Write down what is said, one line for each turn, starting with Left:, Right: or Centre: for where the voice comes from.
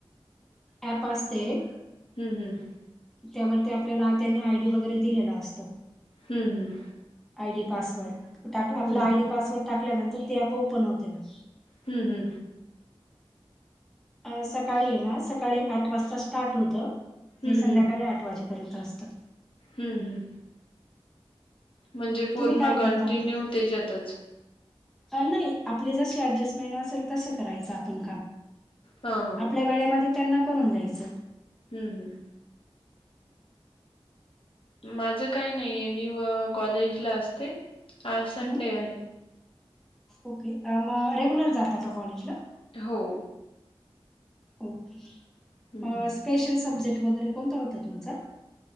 Centre: ॲप असतंय एक
Left: हम्म -हम्म,
Centre: त्यावरती आपल्याला त्यांनी आयडी वगैरे दिलेला असतो.
Left: हम्म -हम्म,
Centre: आयडी पासवर्ड, तो टाकु आपला
Left: हम्म
Centre: आयडी पासवर्ड टाकल्यानंतर ते ॲप ओपन होतंय ना.
Left: हम्म- हम्म,
Centre: अ सकाळी ये ना सकाळी आठ वाजता स्टार्ट होतं, आणि
Left: हम्म
Centre: संध्याकाळी
Left: हम्म
Centre: आठ वाजे पर्यंत असथ.
Left: हम्म -हम्म, म्हणजे पूर्ण
Centre: तुम्ही काय
Left: कंटिन्यू
Centre: करता?
Left: त्याच्यातच.
Centre: अ नाही आपली जशी ऍडजस्टमेंट असेल, तसं करायचं आपण काम.
Left: हा हा
Centre: आपल्या वेळेमध्ये त्यांना करून द्यायचं.
Left: हम्म- हम्म, माझं काही नाही, ये मी व कॉलेज ला असते, आज संडे
Centre: हं?
Left: आहे.
Centre: ओके अ म रेग्युलर जाता का कॉलेजला?
Left: हो,
Centre: ओके,
Left: हम्म.
Centre: मं स्पेशल सब्जेक्ट वगैरे कोणता होता तुमचा?